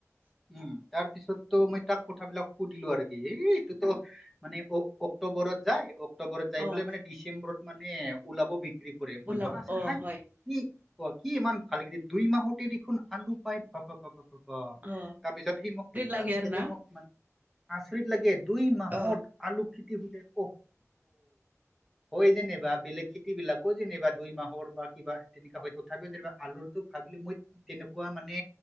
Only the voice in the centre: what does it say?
উম তাৰ পিছত তো মই তাক কথাবিলাক সুধিলো আৰু কি এ এতোত মানে অ অক্টোবৰত যায় অক্টোবৰত যাই
পেলাই মানে ডিচেম্বৰত মানে ওলাব বিক্ৰী কৰে মইতো
আছৰি
হাই
কি অ কি ইমান ভাল খেতি দুই মাহতে দেখোন আলু পায় পা পা পা তোতোত
তাৰ পিছত সি মোক তে- আহ,
তেখেতে
মোক মানে আচৰিত লাগে দুই মাহত
আলু খেতি সুধে অ হয় যেনিবা বেলেগ খেতি বিলাকো যেনিবা দুই মাহৰ বা কিবা তেনেকুৱা হয় তথাপিও যেনিবা আলুৰতো খাই মই তেনেকুৱা মানে